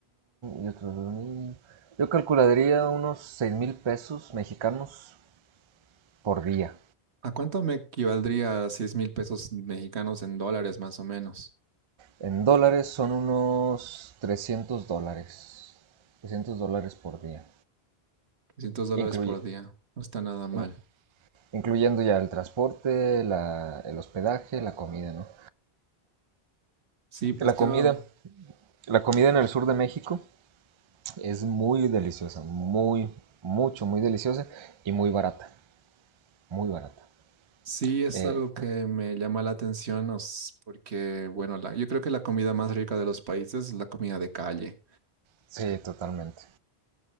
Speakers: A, on the right; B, on the right.
A: y otros dos mil, Yo calcularía unos 6.000 pesos mexicanos por día.
B: ¿A cuánto me equivaldría a 6 mil pesos mexicanos en dólares más o menos?
A: En dólares son unos 300 dólares. trescientos dólares por día.
B: 300 dólares
A: Incluye,
B: por día. No está nada mal.
A: in- incluyendo ya el transporte, la- el hospedaje, la comida, ¿no?
B: Sí, pues
A: La
B: tengo,
A: comida, la comida en el sur de México Es muy deliciosa, muy, mucho, muy deliciosa y muy barata, muy barata.
B: sí es
A: Eh,
B: algo que me llama la atención o s- porque, bueno, la- yo creo que la comida más rica de los países es la comida de calle.
A: sí, totalmente,